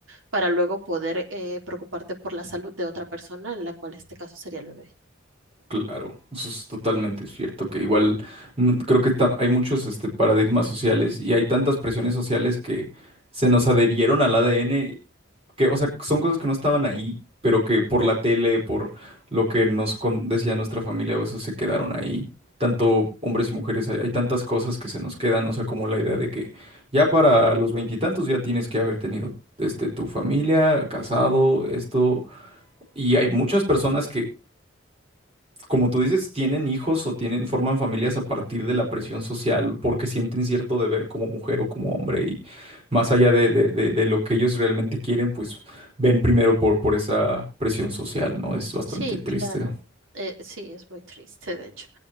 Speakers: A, on the right; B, on the right.
A: para luego poder eh, preocuparte por la salud de otra persona, en la cual este caso sería el bebé.
B: Claro, eso es totalmente cierto, que igual mm, creo que ta- hay muchos este, paradigmas sociales y hay tantas presiones sociales que se nos adherieron al ADN, que, o sea, son cosas que no estaban ahí, pero que por la tele, por lo que nos con- decía nuestra familia, o eso se quedaron ahí. Tanto hombres y mujeres, hay, hay tantas cosas que se nos quedan, o sea, como la idea de que ya para los veintitantos ya tienes que haber tenido este, tu familia, casado, esto, y hay muchas personas que como tú dices, tienen hijos o tienen, forman familias a partir de la presión social porque sienten cierto deber como mujer o como hombre y más allá de, de- de- de lo que ellos realmente quieren, pues ven primero por, por esa presión social, ¿no? Es bastante
A: Sí,
B: triste.
A: claro. Eh, sí, es muy triste, de hecho.